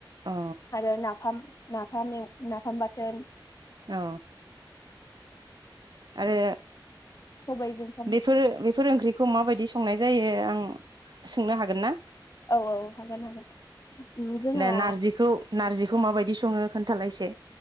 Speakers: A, on the right; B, on the left.
A: अ
B: आरो नाफाम न नाफाम नाफाम बाथोन
A: औ आरो
B: सबायजों साम'
A: बेफोर बेफोर ओंख्रिखौ माबायदि संनाय जायो आं सोंनो हागोन ना
B: औ औ हागोन हागोन उम जोंहा
A: दा नारजिखौ नारजिखौ माबायदि बिदि सङो खोन्थालाय एसे